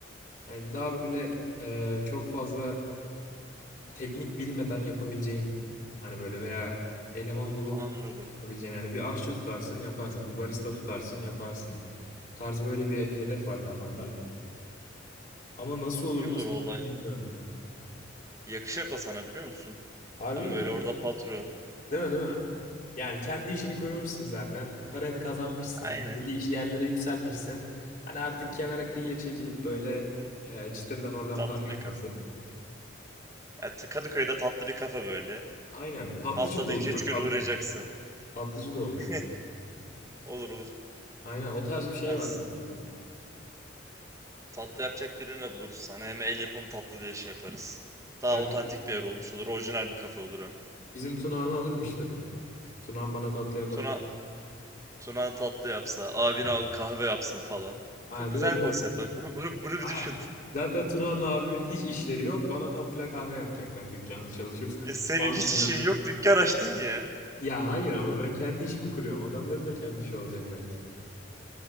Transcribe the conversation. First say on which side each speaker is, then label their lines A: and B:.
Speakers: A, on the left; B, on the right.
A: yani daha böyle eee, çok fazla teknik bilmeden yapabileceğin hani böyle veya eleman bulup
B: Anladım.
A: yapabileceğin yani bir aşçı tutarsın yaparsın bir barista tutarsın yaparsın tarzı böyle bir hedef var kafamda. Ama nasıl olur
B: İyi olur
A: nasıl
B: valla.
A: gider bilmiyorum.
B: Yakışır da sana biliyor musun?
A: Harbi
B: Tam
A: mi?
B: böyle orada patron.
A: Değil mi değil mi? Yani kendi işini kurmuşsun zaten. Paranı kazanmışsın.
B: Aynen.
A: Belli iş yerlere yükselmişsin. Hani artık kenara kıyıya çekilip böyle e, çıtırdan oradan
B: Tatlı
A: para
B: bir
A: akması.
B: kafe. Evet, Kadıköy'de tatlı bir kafe böyle.
A: Aynen. Tatlıcı
B: Haftada
A: da olur
B: iki üç
A: bak.
B: gün
A: tat-
B: uğrayacaksın.
A: tatlıcı da olur.
B: <laughs> Olur olur.
A: Aynen o tarz bir şey
B: Ben
A: var
B: s-
A: aklımda.
B: tatlı yapacak birini de buluruz sana. Hem el yapımı tatlı diye şey yaparız. Daha
A: Yani
B: otantik bir yer olmuş olur. Orijinal bir kafe olur hem.
A: Bizim Tunağan'ı alırım işte. Tunağan bana tatlı yapar.
B: Tuna, Tuna tatlı yapsa, abin al kahve yapsın falan.
A: Aa,
B: Çok güzel
A: değil mi? değil
B: konsept
A: mi?
B: bak. Bunu, bunu, bunu
A: Aynen.
B: bir düşün.
A: Zaten Tunağan'la abimin hiç işleri yok. Bana tatlıya kahve yapacaklar dükkanda çalışıp.
B: E senin
A: <laughs> Maaşla.
B: hiç işin yok dükkan açtın ya.
A: Ya hayır ama ben kendi işimi kuruyorum. Adamların da kendi işi olacak belki.